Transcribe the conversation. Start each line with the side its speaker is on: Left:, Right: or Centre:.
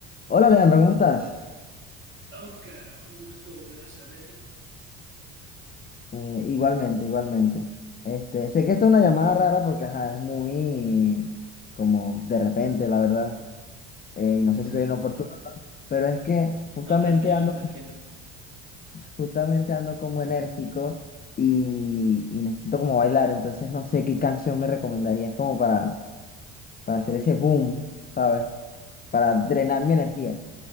Left: Hola Leandro, ¿cómo estás?
Right: Oscar, un gusto volver a saber de ti.
Left: Eh, igualmente, igualmente. Este, sé que esta es una llamada rara porque ajá, es muy como de repente, la verdad. Eh, y no sé si
Right: Ajá.
Left: soy inoportuno, ¿no? Pero es que justamente
Right: No, tranquilo,
Left: ando,
Right: tranquilo.
Left: justamente ando como enérgico y, y necesito como bailar, entonces no sé qué canción me recomendarías como para, para hacer ese boom, ¿sabes? Para drenar mi energía.